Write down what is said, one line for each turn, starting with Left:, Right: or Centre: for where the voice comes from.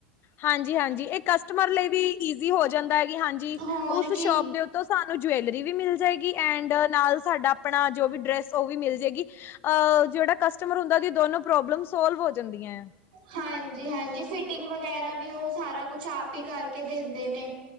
Left: ਹਾਂਜੀ - ਹਾਂਜੀ। ਇਹ ਕਸਟਮਰ ਲਈ ਇਜੀ ਹੋ ਜਾਂਦਾ ਹਾਂਜੀ
Right: ਹੋਰ
Left: ਉਸ
Right: ਕੀ
Left: ਸ਼ੋਪ ਤੋਂ ਸਾਨੂੰ ਡਿਵੈਲਰੀ ਜਵੈਲਰੀ ਵੀ ਮਿਲ ਜਾਏਗੀ ਐਂਡ ਨਾਲ ਸਾਡਾ ਆਪਣਾ ਜੋ ਵੀ ਡਰੈਸ ਉਹ ਵੀ ਮਿਲ ਜਾਏਗੀ। ਅਹ ਜਿਹੜਾ ਕਸਟਮਰ ਹੁੰਦਾ ਦੀ ਦੋਨੋ ਪ੍ਰੋਬਲਮ ਸੋਲਵ ਹੋ ਜਾਂਦੀਆਂ। ਆ
Right: ਹਾਂਜੀ - ਹਾਂਜੀ। ਫਿਟਿੰਗ ਵਗੈਰਾ ਵੀ ਉਹ ਸਾਰਾ ਕੁਛ ਆਪ ਹੀ ਕਰਕੇ ਦਿੰਦੇ ਨੇ।